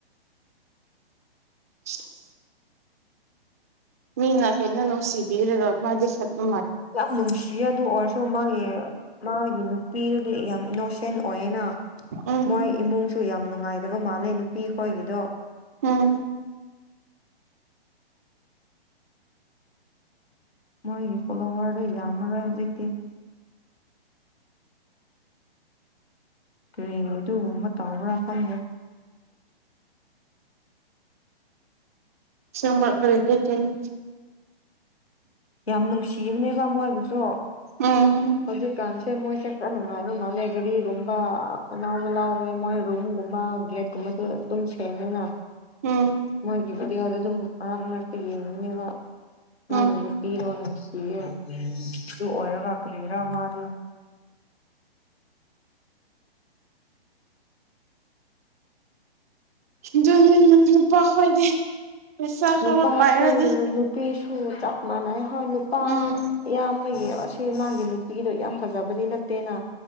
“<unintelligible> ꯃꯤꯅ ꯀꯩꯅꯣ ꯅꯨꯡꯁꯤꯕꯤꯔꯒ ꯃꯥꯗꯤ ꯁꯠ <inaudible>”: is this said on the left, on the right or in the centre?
Right